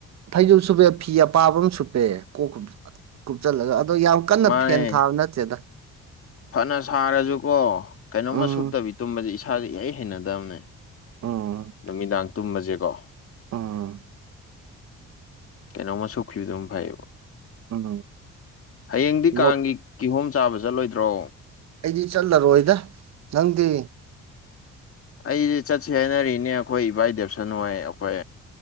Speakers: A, on the right; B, on the left.
A: ꯐꯩꯖ ꯁꯨꯞꯄꯦ ꯐꯤ ꯑꯄꯥꯕ ꯑꯃ ꯁꯨꯞꯄꯦ ꯀꯣꯛꯀ ꯀꯨꯞꯆꯜꯂꯒ ꯑꯗꯣ ꯌꯥꯝ ꯀꯟꯅ
B: ꯃꯥꯅꯦ
A: ꯐꯦꯟ ꯊꯥꯕ ꯅꯠꯇꯦꯗ
B: ꯐꯅ ꯁꯥꯔꯁꯨꯀꯣ ꯀꯩꯅꯣꯝꯃ
A: ꯎꯝ
B: ꯁꯨꯞꯇꯕꯤ ꯇꯨꯝꯕꯁꯦ ꯏꯁꯥꯥꯁꯦ ꯏꯍꯩ ꯍꯩꯅꯗꯕꯅꯦ
A: ꯎꯝ
B: ꯅꯨꯃꯤꯗꯥꯡ ꯇꯨꯝꯕꯁꯦꯀꯣ
A: ꯎꯝ
B: ꯀꯩꯅꯣꯝꯃ ꯁꯨꯞꯈꯤꯕꯗꯨꯝ ꯐꯩꯌꯦꯕ
A: ꯎꯝ
B: ꯍꯌꯦꯡꯗꯤ
A: ꯂꯧ
B: ꯀꯥꯡꯒꯤ ꯀꯤꯍꯣꯝ ꯆꯥꯕ ꯆꯠꯂꯣꯏꯗ꯭ꯔꯣ
A: ꯑꯩꯗꯤ ꯆꯠꯂꯔꯣꯏꯗ ꯅꯪꯗꯤ
B: ꯑꯩꯗꯤ ꯆꯠꯁꯦ ꯍꯥꯏꯅꯔꯤꯅꯦ ꯑꯩꯈꯣꯏ ꯏꯕꯥꯏ ꯗꯦꯞꯁꯟ ꯍꯣꯏ ꯑꯩꯈꯣꯏ